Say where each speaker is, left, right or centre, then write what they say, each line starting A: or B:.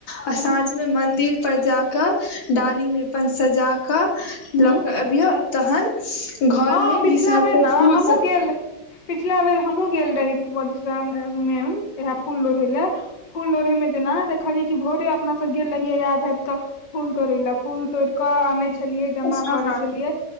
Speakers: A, on the left; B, on the left.
A: आ
B: हूँ
A: साँझमे मन्दिर पर जाकऽ डालीमे अपन सजाकऽ लऽ
B: हूँ
A: के अबियौ आ तहन घरमे
B: हँ पिछला
A: बिसरक
B: बेर ने
A: फूल
B: हमहुँ
A: सब
B: गेल रही पिछला बेर हमहुँ गेल रहि ब मधुश्रावणी मे इहे फूल लोढ़े ले फूल लोढ़ें जेना खालए कि भोरे अपना सब गेल रहिये याद हयत त फूलोड़े ले फूलोड़िके आने छ छलियै जमा
A: हँ
B: करै
A: हँ
B: छलियै